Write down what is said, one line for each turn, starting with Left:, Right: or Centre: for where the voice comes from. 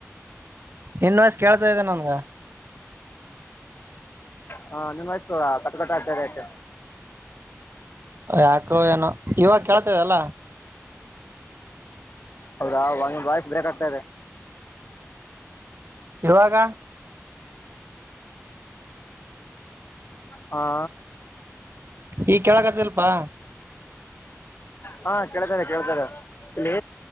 Right: ಇನ್ ವಯಸ ಕೇಳ್ತಾ ಇದ್ದ ನನ್ಗ
Left: ಹಾ ನಿಮ್ ವಯಸ್ತು ಕಟಕಟ ಆತ ಆತು
Right: ಯಾಕೋ ಏನೋ ಇವಾಗ ಕೇಳ್ತದಲ್ಲ
Left: ಹೌದಾ ಬಾಯಸ್್ ಬ್ರೇಕಕ್ ಆಗ್ತಾ ಇದೆ
Right: ಇರುವಾಗ
Left: ಹಾ
Right: ಈ ಕೆಳಗತ್ತಲ್ಪಾ
Left: ಹಾ ಕೇಳ್ತದೆ ಕೇಳ್ತಾರೆ ಇಲ್ಲಿ